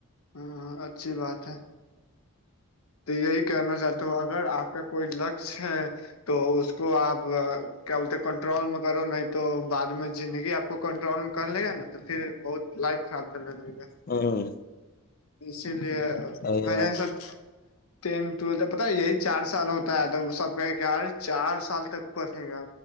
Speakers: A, on the left (about 75°); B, on the left (about 40°).
A: ہاں اچھی بات ہے تو یہی کہنا چاہتا ہوں اگر آپ کا کوئی لک ہے تو اس کو آپ کیا بولتے کنٹرول میں کرو نہیں تو بعد میں زندگی آپ کو کنٹرول میں کر لے گا نا تو پھر بہت لائف خراب چلنے لے گا
B: ہوں
A: اسی لیے
B: صحیح
A: گجن
B: بات
A: سب ٹینتھ ٹویلتھ پتا یہی چار سال ہوتا ہے توب سب کہ کہارے چار سال تک پڑھے گا